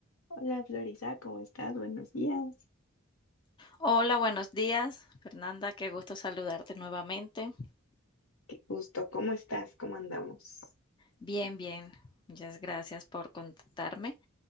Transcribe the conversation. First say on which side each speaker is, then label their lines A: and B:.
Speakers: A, on the left; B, on the left.
A: Hola Florisa, ¿cómo estás? Buenos días.
B: Hola, buenos días, Fernanda. Qué gusto saludarte nuevamente.
A: Gusto, ¿cómo estás? ¿Cómo andamos?
B: Bien, bien. Muchas gracias por contactarme.